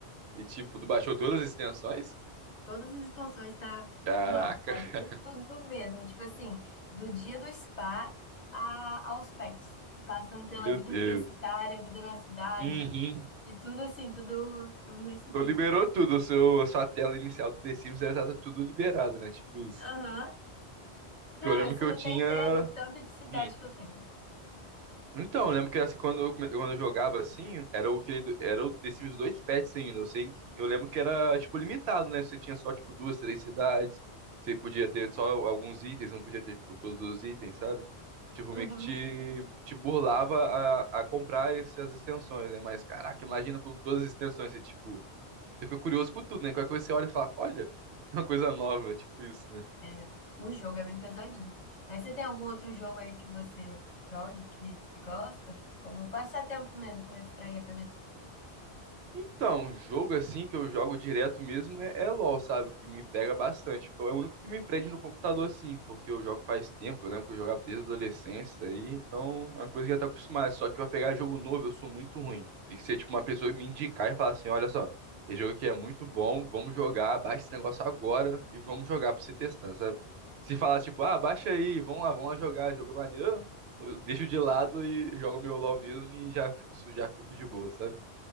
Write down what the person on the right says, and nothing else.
E tipo, tu baixou todas as extensões?
Caraca,
<laughs>
meu
Deus.
Uhum.
Tu liberou tudo. O seu, a sua tela inicial do The Sims já tá tudo liberado, né? Tipo isso.
Que eu lembro
que eu
tinha.
hum,
Então, eu lembro que assim, quando eu, come- quando eu jogava assim, era o querido, era o The Sims 2 patches ainda. Eu sei que eu lembro que era tipo limitado, né? Você tinha só tipo duas, três cidades. Você podia ter só alguns itens, não podia ter tipo, todos os itens, sabe? Tipo,
meio que te, te burlava a, a comprar essas extensões, né? Mas caraca, imagina com todas as extensões, você tipo, você fica curioso com tudo, né? Qualquer coisa você olha e fala, olha, <laughs> uma coisa nova, tipo isso, né?
Então, um jogo assim que eu jogo direto mesmo é, é LoL, sabe? O que me pega bastante. Foi o único que me prende no computador, assim, porque eu jogo faz tempo. Eu lembro que eu jogava desde a adolescência, aí, então é uma coisa que eu já tá acostumado. Só que pra pegar jogo novo, eu sou muito ruim. Tem que ser tipo uma pessoa que me indicar e falar assim: olha só, esse jogo aqui é muito bom, vamos jogar, baixa esse negócio agora e vamos jogar pra você testar, sabe? Se falar tipo, ah, baixa aí, vamos lá, vamos lá jogar, jogo é maneiro. Eu deixo de lado e jogo meu LoL mesmo e já fico, su- já fico de boa, sabe?